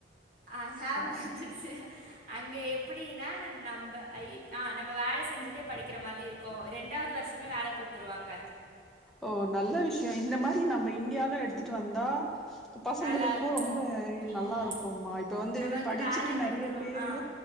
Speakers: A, on the right (about 50°); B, in the centre.
A: ஆ ஞாபகோ
B: ஆ
A: வந்துருச்சு அங்க எப்டி டீனா நம்ப ஐ அ நம்ப வேல செஞ்சுட்டே படிக்கிற மாரி இருக்கு ரெண்டாவது வர்ஷமே வேல குத் துருவாங்க
B: ஓ நல்ல விஷ்யோ இந்த மாரி நம்ம இண்டியால எடுத்துட்டு வந்தா பசங்களுக்கு
A: நல்லாருக்கு
B: ரொம்ப
A: ம்
B: நல்லா இருக்கும்மா இப்ப வந்து
A: நம்ம
B: படிச்சுட்டு
A: வேல குடுத்துருவா
B: நெறைய பேரு
A: ஆ